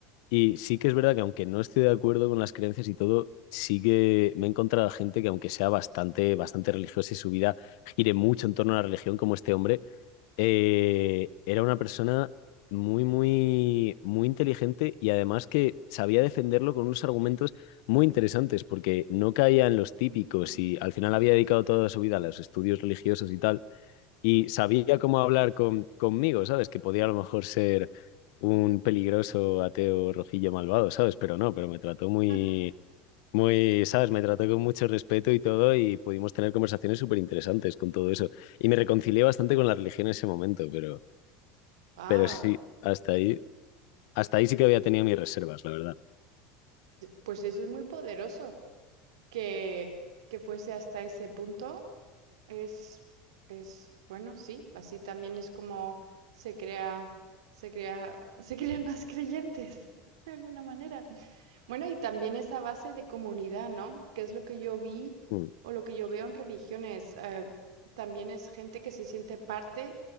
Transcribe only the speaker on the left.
Y sí que es verdad que aunque no esté de acuerdo con las creencias y todo, sí que me he encontrado gente que aunque sea bastante, bastante religiosa y su vida gire mucho en torno a la religión como este hombre, eh, era una persona muy, muy, muy inteligente y además que sabía defenderlo con unos argumentos muy interesantes, porque no caía en los típicos
y al final había dedicado toda su vida a los estudios religiosos y tal, y sabía cómo hablar con, conmigo, ¿sabes? Que podía a lo mejor ser un peligroso ateo rojillo malvado, ¿sabes? Pero no, pero me trató muy
muy, sabes, me trató con mucho respeto y todo y pudimos tener conversaciones súper interesantes con todo eso. Y me reconcilié bastante con la religión en ese momento, pero,
pero sí, hasta ahí, hasta ahí sí que había tenido mis reservas, la verdad.
Mm,